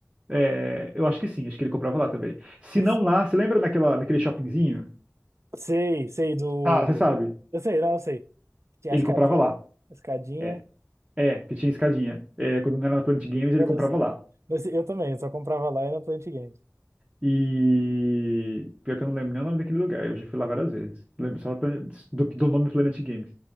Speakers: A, on the right; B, on the right.
A: É, eu acho que sim, acho que ele comprava lá também. Se
B: <laughs>
A: não lá, você lembra naquela, naquele shoppingzinho?
B: Sei, sei do.
A: Ah, você sabe.
B: Eu sei, não, eu sei. Tinha
A: Ele
B: a escadinha.
A: comprava lá.
B: a Escadinha.
A: É, é, que tinha escadinha. É, quando não era na Planet Games, ele
B: Eu,
A: comprava
B: não sei.
A: lá.
B: Mas eu também, eu só comprava lá e na Plant Games.
A: E. Pior que eu não lembro nem o nome daquele lugar, eu já fui lá várias vezes. Lembro só da Plan- do, do nome Planet Games.